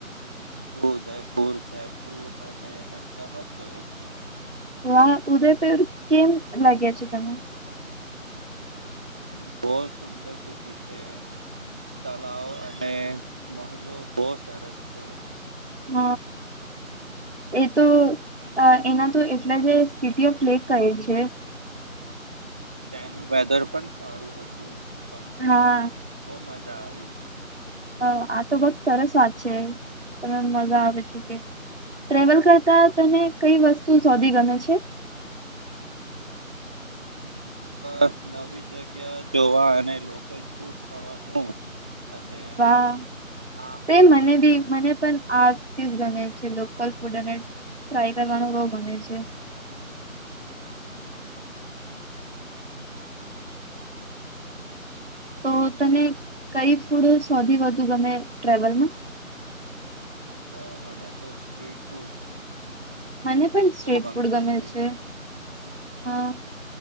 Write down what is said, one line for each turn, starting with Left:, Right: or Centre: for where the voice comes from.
Centre: હું ઉદયપુર, જયપુર અને અહેમદાવાાદ ગયો છું.
Right: વાહ! ઉદયપેર, કેમ લાગ્યા છે તને?
Centre: હ બુ સુંદર સિટી છે. તળાવ અને મહલો બહુ સરસ છે.
Right: હ. એ તો, એના તો એટલે જે, સિટી ઓફ લેક કહે છે.
Centre: ત્યાંનું વેધર પણ સારું હતું તમને,
Right: હા
Centre: બહુ મજા આવીશ.
Right: હ આ તો વત સરસ વાત છે, તમે મજા આવે છે કે ટ્રેવલ કરતા તને કઈ વસ્તુ શોધવી ગમે છે.
Centre: અ. નવી જગ્યા જોવા અને લોકલ ફૂડ ખાવાનું અને
Right: વાહ!
Centre: આ
Right: તે મને બી મને પણ આજથી જ ગમે છે લોકલ ફૂડ ને ટ્રાય કરવાનું બઉ ગમે છે. તો તને કઈ ફૂડ સૌથી વધુ ગમે ટ્રાવેલમાં.
Centre: ઓ, મને તો સ્ટ્રીટ ફૂડ‌
Right: મને પણ સ્ટ્રીટ
Centre: ગમતી
Right: ફૂડ ગમે
Centre: હતી.
Right: છે. હા,